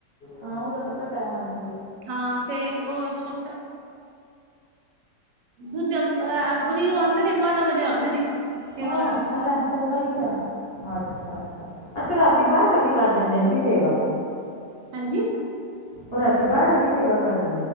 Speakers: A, on the left; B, on the right.
A: ਹਾਂ ਉਹਦਾ ਤੇ ਪਤਾ ਹਾਂਜੀ
B: ਹਾਂ ਤੇ ਉਹ ਛੋਟਾ ਦੂਜਾ ਉਹ ਆਂਦੇ ਨੇ ਬਾਰਾਂ ਵਜੇ ਆਂਦੇ ਨੇ ਸੇਵਾ
A: ਉਹ
B: ਕਰਨ
A: ਐ ਲੈ ਚੱਲਦਾ ਹੀ ਨਹੀਂ ਪਿਆ ਅੱਛਾ ਅੱਛਾ ਅੱਛਾ ਰਾਤੀ ਬਾਰਾਂ ਵਜੇ ਕਰ ਦਿੰਦੇ ਨੇ ਕੀ ਸੇਵਾ
B: ਹਾਂਜੀ
A: ਉਹ ਰਾਤੀ ਬਾਰਾਂ ਵਜੇ ਸੇਵਾ ਕਰ ਦੇ